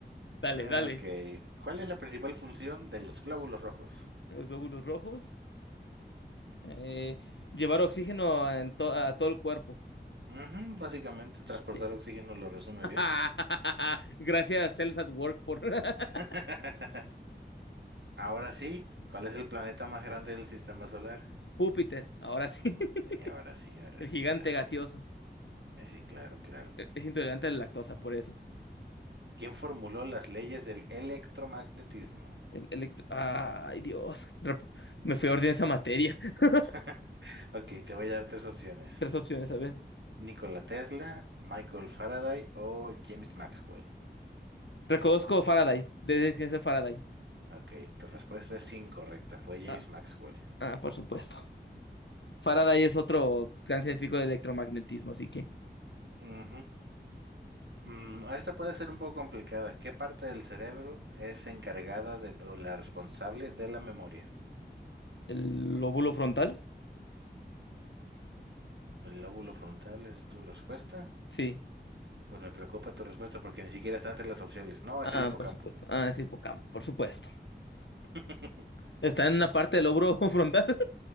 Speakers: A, on the left (about 85°); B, on the right (about 80°).
A: Dale,
B: Ok.
A: dale.
B: ¿Cuál es la principal función de los glóbulos rojos?
A: Los glóbulos rojos. Eh, llevar oxígeno en to- a todo el cuerpo.
B: Ujú, básicamente, transportar
A: Sí.
B: oxígeno lo resume
A: <laughs>
B: bien.
A: Gracias, Cells at Work, por <laughs>
B: <laughs> Ahora sí, ¿cuál es el planeta más grande del sistema solar?
A: Júpiter. Ahora sí. <laughs>
B: Sí, ahora sí, ahora
A: El
B: sí,
A: gigante
B: ahora sí.
A: gaseoso.
B: Eh, Sí, claro, claro.
A: Eh, Es intolerante a la lactosa, por eso.
B: ¿Quién formuló las leyes del electromagnetismo?
A: El, electro- Ay, Dios. Rep- Me fui a orden esa materia. <laughs>
B: <laughs> Ok, te voy a dar tres opciones.
A: Tres opciones, a ver.
B: Nikola Tesla, Michael Faraday o James Maxwell.
A: Reconozco Faraday. Desde que es el Faraday.
B: Ok, tu respuesta es incorrecta, fue James
A: Ah,
B: Maxwell.
A: ah, por supuesto. Faraday es otro gran científico de electromagnetismo, así que.
B: Ujú. Mm, esta puede ser un poco complicada. ¿Qué parte del cerebro es encargada de, o la responsable de la memoria?
A: ¿El lóbulo frontal?
B: ¿El lóbulo frontal es tu respuesta?
A: Sí.
B: Pues me preocupa tu respuesta porque ni siquiera están entre las opciones. No,
A: Ah,
B: es el hipocampo.
A: por supuesto. Ah, es hipocampo, por supuesto.
B: <laughs>
A: ¿Está en una parte del lóbulo <laughs> frontal?